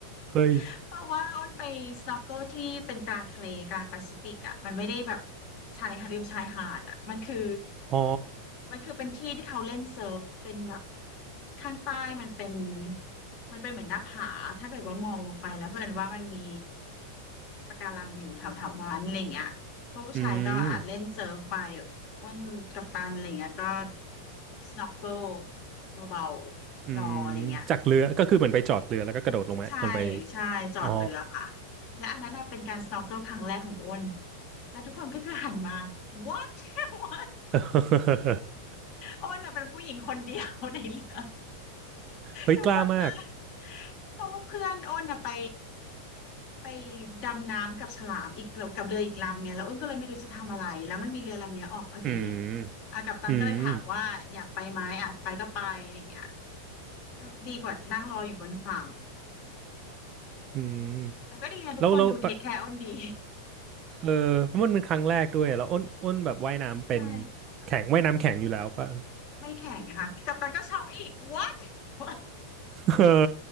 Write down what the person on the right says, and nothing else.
เฮ้ย
อ๋อ
อืม
อืมจากเรือก็คือเหมือนไปจอดเรือแล้วก็กระโดดลงมาลงไป
อ๋อ
<laughs>
เฮ้ยกล้ามาก
อืม
อืม
อืม
แล้วแล้วปะเออเพราะมันเป็นครั้งแรกด้วยแล้วอ้นอ้นแบบว่ายน้ำเป็น
แข็งว่ายน้ำแข็งอยู่แล้วป่ะ <laughs>
เออ